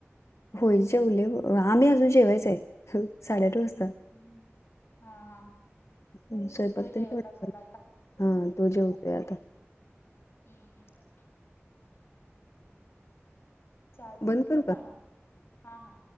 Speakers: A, on the left; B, on the left.
A: होळीचे उले आम्ही अजून जेवायचं आहे साडेठऊ वाजता
B: हम् हा हा
A: हम्म, स्वयंपाक
B: ते जवत
A: तेन तेवढा
B: असाला आता
A: हा तो जेवतेोय आता
B: हम्म हम् चालते
A: बंद
B: ठेव
A: करू
B: का मग हा हा